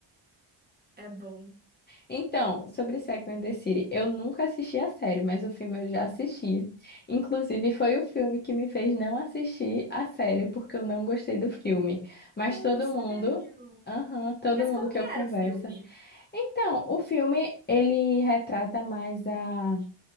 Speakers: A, on the right; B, on the left.
A: É bom.
B: Então, sobre Sex and the City, eu nunca assisti a série, mas o filme eu já assisti. Inclusive, foi o filme que me fez não assistir a série, porque eu não gostei do filme. Mas
A: Oh,
B: todo
A: sério?
B: mundo, aham, todo
A: Mas
B: mundo
A: como
B: que
A: que
B: eu
A: era
B: converso.
A: o filme?
B: Então, o filme, ele retrata mais a,